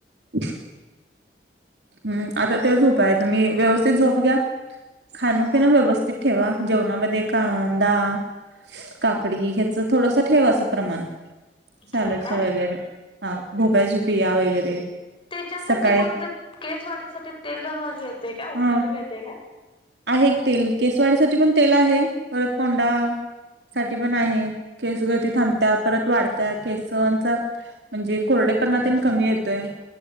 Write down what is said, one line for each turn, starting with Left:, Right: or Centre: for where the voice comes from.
Right: <inaudible> हम् आता तेच उपाय तुम्ही व्यवस्थित झोप घ्या खाणं पिणं
Left: हा
Right: व्यवस्थित ते ठेवा जेवणामध्ये कांदा काकडी हेचं थोडंसं ठेवा असं प्रमाण सॅलडच
Left: ठेव काय
Right: वगैरे हा भोबळ्याचे बिया वगैरे
Left: त्याच्यासाठी
Right: सकाळी
Left: कोणतं केस वाडीसाठी तेल येतं काय उपलब्ध
Right: हा
Left: मिळतेय काय
Right: आहे तेल केस वाडीसाठी पण तेल आहे, परत कोंडा
Left: हा
Right: साठी पण आहे. केस गळती
Left: हा
Right: थांबत्या, परत वाढत त्या केसवांचा म्हणजे कोरडेपणा तेन कमी येतोय